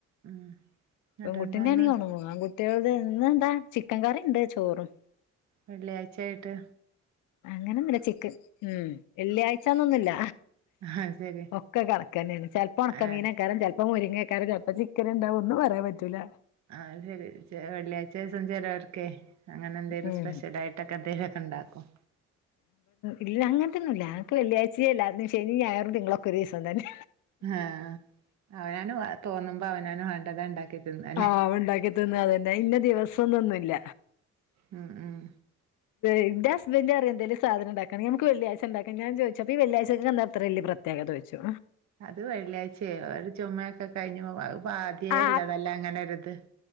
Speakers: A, on the right; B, on the left.
A: ഉം എന്നിട്ടെന്താന്ന്
B: പെൺകുട്ടിന്റെ ആണെങ്കി ഉണങ്ങോ ആൺകുട്ടികളേത് ഇന്ന് എന്താ ചിക്കൻ കറിയുണ്ട് ചോറും.
A: വെള്ളിയാഴ്ച ആയിട്ട്.
B: അങ്ങനെന്നില്ല ചിക്കൻ ഉ. വെള്ളിയാഴ്ച ഒന്നൊന്നുമില്ല.
A: ആഹ് ശരി
B: ഒക്കെ കണക്ക് തന്നെയാണ്. ചെലപ്പോ ഉണക്ക
A: ഏഹ്
B: മീൻ കാണും. ചെ ചെലപ്പം മുരിങ്ങക്കാരം ചിലപ്പ ചിക്കൻ ഇണ്ടാവും ഒന്നും പറയാൻ പറ്റൂല.
A: ആ അത് ശരി വെള്ളിയാഴ്ച ദിവസം ചിലവർക്കെ അങ്ങനെ എന്തെങ്കിലും
B: ഉം
A: സ്പെഷ്യൽ ആയിട്ട്. ട്ടൊക്കെ എന്തേലൊക്കെ ണ്ടാക്കും.
B: ഇല്ല അങ്ങനതൊന്നും ഇല്ല. ആൾക്ക് വെള്ളിയാഴ്ചയില്ല. ശനിയും ഞായറും തിങ്കളുമൊക്കെ ഒരു ദിവസം തന്നെ.
A: ആ ഹ അവനവന് തോന്നുമ്പോ അവനവന് വേണ്ടത് ഇണ്ടാക്കി. തിന്നല്ലേ
B: ആ ഉണ്ടാക്കി തിന്ന അതന്നെ ഇന്ന ദിവസൊന്നൊന്നുമില്ല.
A: ഉം ഉം.
B: എന്റെ ഹസ്ബന്റ് പറയും എന്തേലും സാധനം ഉണ്ടാക്കണമെങ്കി ഞമ്മക്ക് വെള്ളിയാഴ്ച ഉണ്ടാക്കാ ഞാൻ ചോദിച്ചപ്പോ വെള്ളിയാഴ്ചക്ക് എന്താ ഇത്ര വലിയ പ്രത്യേ പ്രത്യേകത ചോദിച്ചു.
A: അത് വെള്ളിയാഴ്ചയോ ഒരു ജുമയൊക്കെ കഴിഞ്ഞ് ആദ്യേയല്ലോ
B: ആ
A: നല്ല അങ്ങനെ ഒരു ഇത്.